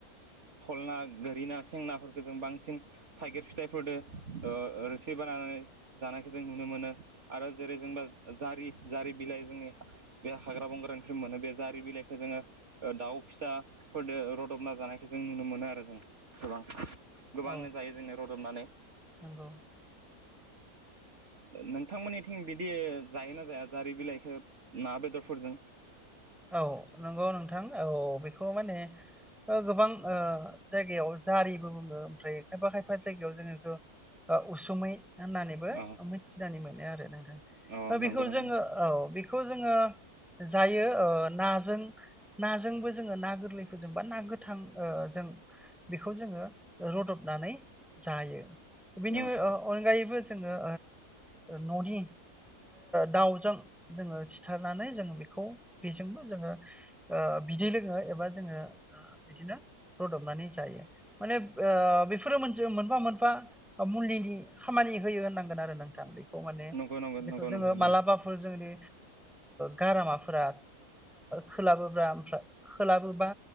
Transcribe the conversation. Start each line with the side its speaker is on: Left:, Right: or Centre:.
Right: हल ना गोरि ना सेंनाफोरखौ जों बांसिन थाइगिर फिथाइ फोरदो रोसि बानायनानै जानायखौ जों नुनो मोनो आरो जेरै जोंबा जारि जारि बिलाइ जोंनि बे हाग्रा बंग्राानिफ्राय मोनो बे जारि बिलाइखौ जोङो दाउ फिसाफोरजों रुदबना जानायखौ जों नुनो मोनो आरो जों गोबां गोबांनो
Centre: औ
Right: जायो जोंना रुदबनानै
Centre: नंगौ
Right: नोंथांमोननिथिं बिदि जायोना जाया जारि बिलाइखौ ना बेदरफोरजों
Centre: औ नंगौ नोंथां औ बेखौ माने गोबां जायगायाव जारिबो बुङो ओमफ्राय खायफा खायफा जायगायाव जोङोथ' उसुमै होननानैबो
Right: अ
Centre: मिथिनानै मोनो आरो नोंथां
Right: अ
Centre: बेखौ
Right: नंगौ नंगौ
Centre: जोङो औ बेखौ जोङो जायो नाजों नाजोंबो जोङो ना गोरलैफोरजों बा ना गोथां जों बेखौ जोङो रूदबनानै जायो
Right: नंगौ
Centre: बिनि अनगायैबो जोङो न'नि दाउजों जोङो सिथारनानै जों बेखौ बेजोंबो जोङो बिदै लोङो एबा जोङो बिदिनो रूदबनानै जायो माने बेफोरो मोनसे मोनफा-मोनफा मुलिनि खामानि होयो होननांगोन आरो नोंथां बेखौ खौ माने
Right: नंगौ नंगौ
Centre: बेखौ
Right: नंगौ
Centre: जोङो
Right: नोंथां
Centre: मालाबाफोर
Right: नंगौ
Centre: जोंनि गारामाफोरा खोलाबोब्ला खोलाबोबा